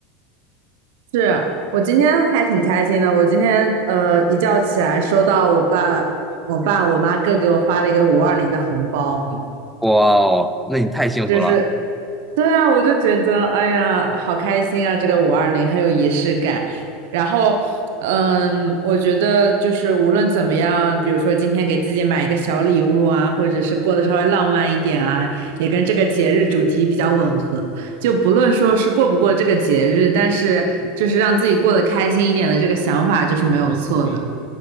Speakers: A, on the right; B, in the centre.
A: 是我今天还挺开心的，我今天呃一觉起来收到我爸、我爸、我妈各给我发了一个五二零的红包，
B: 哇哦，那你太幸福了
A: 就是，对啊，我就觉得，哎呀，好开心啊！这个五二零很有仪式感。然后，嗯，我觉得就是无论怎么样，比如说今天给自己买一个小礼物啊，或者是过得稍微浪漫一点啊，也跟这个节日主题比较吻合。就不论说是过不过这个节日，但是就是让自己过得开心一点的这个想法就是没有错的。